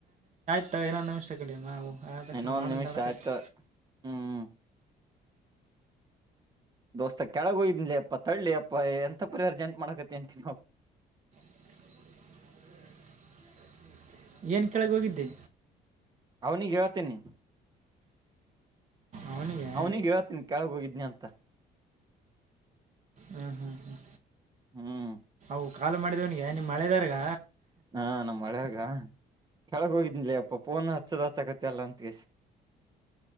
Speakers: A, on the right; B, on the right.
A: ತಡಿ ಇನ್ನೊಂದ ನಿಮಷ ಕಡೆ ಮಾವು. ಅದಕ್ಕೆ
B: ಇನ್ನೊ
A: ಮಾಡೋದು
B: ಒಂದ ನಿಮಿಷ
A: ಆಡಕತ್ತೆ
B: ಆಯ್ತಾ ಹ್ಮ್. ದೋಸ್ತ ಕೆಳಗ ಹೋಗಿದ್ವಿ ಲೆ ಅಪ್ಪಾ ತಡ್ಲೆ ಅಪ್ಪಾ ಎಂತ ಪರಿ ಅರ್ಜೆಂಟ್ ಮಾಡಕತಿ ಅಂತೀನಿ.
A: <inaudible> ಏನ್ ಕೆಳಗ ಹೋಗಿದ್ದಿ.
B: ಅವನಿಗೆ ಹೇಳ್ತೀನಿ.
A: ಅವನಿಗೆ
B: ಅವ್ನಿಗ್ ಹೇಳೇತೀನಿ ಕೆಳಗ ಹೋಗಿದ್ನಿ ಅಂತ.
A: ಹ್ಮ್ ಹ್ಮ್ ಹ್ಮ್.
B: ಹ್ಮ್.
A: ಓ ಕಾಲು ಮಾಡಿದವನ್ಗೆ ನೀ ಮಳೆದಾರ್ಗ.
B: ಹಾ ನಮ್ಮ್ ಅಲ್ಯಾಗ್ ಕೆಳಗ ಹೋಗಿದ್ನಿಲೆ ಅಪ್ಪ ಪೋನ ಹಚ್ಚದ್ ಹಚ್ಚಕತ್ತ ಅಲ್ಲ ಅಂತ. ತೆಸ